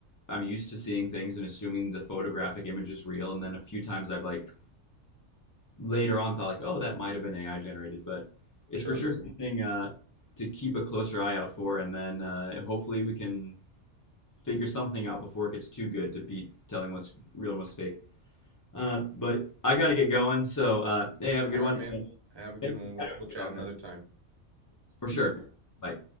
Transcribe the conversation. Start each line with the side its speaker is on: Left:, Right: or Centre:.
Left: I'm used to seeing things and assuming the photographic image is real. And then a few times I've like later on thought like, oh, that might have been AI generated, but it's
Right: sure.
Left: for sure something uh, to keep a closer eye out for. And then uh, hopefully we can figure something out before it gets too good to be telling what's real and what's fake. Uh, but I got to get going. So, uh, hey, have a good
Right: All right,
Left: one.
Right: man.
Left: And
Right: Have a good
Left: thanks
Right: one.
Left: for
Right: We'll,
Left: chatting with
Right: we'll chat
Left: me about
Right: another
Left: this.
Right: time. See
Left: For sure.
Right: you.
Left: Bye.